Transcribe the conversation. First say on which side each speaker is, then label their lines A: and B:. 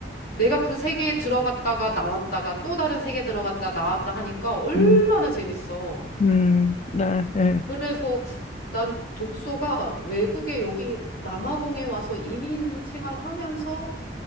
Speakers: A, on the left (about 55°); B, on the left (about 40°).
A: 내가 그 세계에 들어갔다가 나왔다가 또 다른 세계에 들어갔다 나왔다 하니까 얼마나
B: 음,
A: 재밌어.
B: 음, 네, 예.
A: 그래서 난 독서가 외국에 여기 남아공에 와서 이민 생활하면서